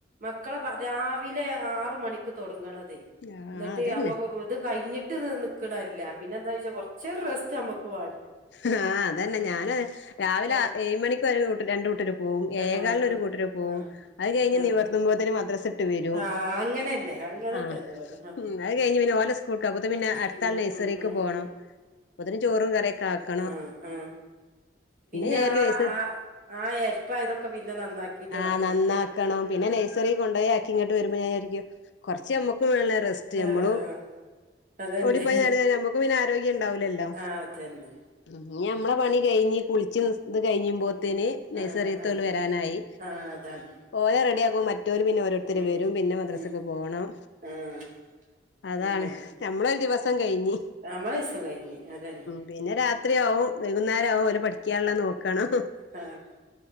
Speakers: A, on the right; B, on the left.
A: മക്കളെ രാവിലെ ആറു മണിക്ക് തുടങ്ങണതെ
B: ആഹ്
A: ന്നിട്ട്
B: അതന്നെ
A: അപ്പൊ ഇത് കഴിഞ്ഞിട്ട് നിക്കണല്ല പിന്നെ എന്താച്ചാ കൊർച്ച് റെസ്റ്റ് നമ്മക്ക് വേ
B: ഹാ അതന്നെ ഞാന് രാവിലെ
A: ആഹ്
B: ഏഴ് മണിക്ക് ഒരു രണ്ടൂട്ടരു പോവും ഏയേ
A: ആഹ്
B: കാലിനൊരു കൂട്ടരു പോവും
A: ആഹ്
B: അയ് കയിഞ്ഞ്
A: ആഹ്
B: നിവർത്തുമ്പോത്തേനെ മദ്രസ്സ് ട്ട് വരും.
A: ആഹ് അങ്ങനെന്നെ അങ്ങനെ
B: അ
A: തന്നെ ഇവിടെ
B: അയ് കയ്ഞ്ഞ് ഓലെ സ്കൂൾക് അപ്പോത്ത് പിന്നെ അട്ത്തെ
A: ഉം
B: ആളെ നയ്സ്
A: ഉം
B: റീക്ക്
A: ഉം
B: പോണം അപ്പോത്തിന് ചോറും കറീക്കെ ആക്കണം.
A: ആ ആ പിന്നെ
B: ഞാൻ
A: ആ
B: വിചാരിക്കും നഴ്സ
A: ആ ആ എര്പ്പായതൊക്കെ പിന്നെ നന്നാക്കിട്ട്
B: ആഹ്
A: വാണം
B: നന്നാക്കണം പിന്നെ നഴ്സറി കൊണ്ടോയി ആക്കി ഇങ്ങോട്ട് വരുമ്പോ ഞാൻ വിചാരിക്കും കൊർച്ച് നമ്മക്കും വേണല്ലോ റെസ്റ്റ് നമ്മളും
A: ആഹ് അതന്നെ
B: ഓടിപ്പോയി നേര നമുക്ക് പിന്നെ ആരോഗ്യം ഉണ്ടാവൂല്ലല്ലോ
A: ആഹ് അതന്നെ
B: ഇന്ന് ഞമ്മളെ പണി കഴിഞ്ഞ് കുളിച്ചു ഇത് കയിമ്പോത്തേന്
A: ആഹ്
B: നഴ്സറീതോൽ
A: ആഹ് ആഹ്
B: വരാനായി
A: ആഹ് അതാണ്
B: ഓരെ റെഡി ആ മറ്റോര് പിന്നെ ഓരോരുത്തരു
A: ഉം
B: വരും പിന്നെ മദ്രാസയ്ക്കെ
A: ഉം
B: പോകണം
A: ആഹ്
B: അതാണ്
A: അങ്ങനെന്നെ
B: നമ്മളൊരു ദിവസം. കയിഞ്ഞു
A: നമ്മളെ ദിവസം കഴിഞ്ഞ് അതന്നെ
B: പിന്നെ രാത്രി ആവും വൈകുന്നേരാവും അവരെ പഠിക്കാനുള്ള നോക്കാണം
A: ആഹ്